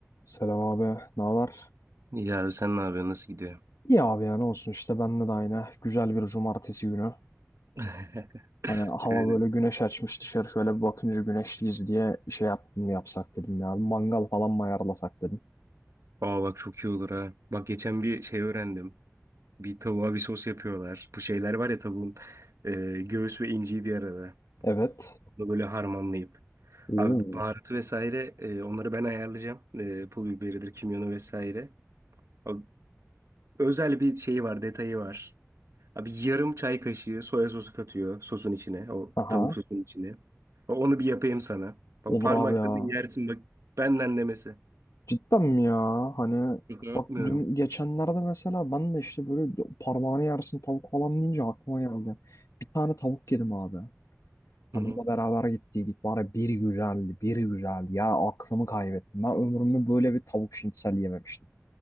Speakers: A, on the left; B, on the right.
A: Selam abi, ne haber?
B: İyi abi sen ne yapıyorsun? Nasıl gidiyor?
A: İyi abi ya ne olsun işte bende de aynı. Güzel bir cumartesi günü.
B: <laughs>
A: Hani hava
B: Ee,
A: böyle güneş açmış dışarı şöyle bir bakınca güneşliyiz diye şey yaptım yapsak dedim ya. Bir Mangal falan mı ayarlasak dedim.
B: Aa bak çok iyi olur ha. Bak geçen bir şey öğrendim. Bir tavuğa bir sos yapıyorlar. Bu şeyler var ya tavuğun e, göğüs ve inciği bir arada.
A: Evet.
B: Bunu böyle harmanlayıp.
A: Oo.
B: Abi baharatı vesaire e, onları ben ayarlayacağım. E, pul biberidir, kimyonu vesaire. Abi, özel bir şeyi var, detayı var. Abi yarım çay kaşığı soya sosu katıyor sosun içine. O
A: Aha.
B: tavuk sosunun içine. Onu bir yapayım sana. Bak
A: Olur
B: parmakla
A: abi ya.
B: bir yersin bak benden demesi.
A: Cidden mi ya? Hani
B: Şaka yapmıyorum.
A: bak dün geçenlerde mesela ben de işte böyle parmağını yersin tavuk falan deyince aklıma geldi. Bir tane tavuk yedim abi.
B: Hı
A: Hanımla
B: hı.
A: beraber gittiydik. Bari bir güzeldi, bir güzel. Ya aklımı kaybettim. Ben ömrümde böyle bir tavuk şinitsel yememiştim.